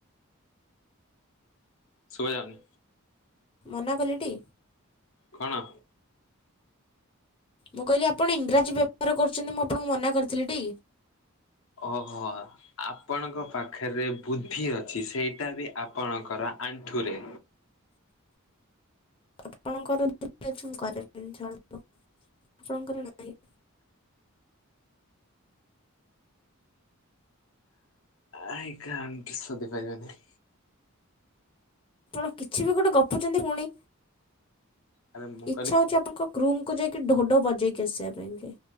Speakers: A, on the left; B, on the left.
A: ଶୁଭା ଯାଉନି
B: ମନା କଲିଟି
A: କଣ
B: ମୁଁ କହିଲି ଆପଣ ଇଂରାଜୀ ବ୍ୟବହାର କରୁଛନ୍ତି ମୁଁ ଆପଣଙ୍କୁ ମନା କରିଥିଲି ଟି
A: ଓହୋ ଆପଣଙ୍କ ପାଖରେ ବୁଦ୍ଧି ଅଛି ସେଇଟା ବି ଆପଣଙ୍କର ଆଣ୍ଠୁରେ
B: <inaudible> ଆପଣଙ୍କର ଅଛି ମୁଁ କରିବିନି ଛାଡ଼ନ୍ତୁ ଆପଣଙ୍କର ନାଇଁ
A: ଆଇ କ୍ୟାନ୍ଟ ସୋଧିପାରିବନ
B: ଆପଣ କିଛି ବି ଗୋଟେ ଗପୁଛନ୍ତି ପୁଣି
A: ଆରେ ମୁଁ
B: ଇଚ୍ଛା
A: କହିଲି
B: ହଉଛି ଆପଣଙ୍କ ରୁମକୁ ଯାଇକି ଢୋ ଢ଼ୋ ଵଜେଇକି ଆସିଵା ପାଇଁକି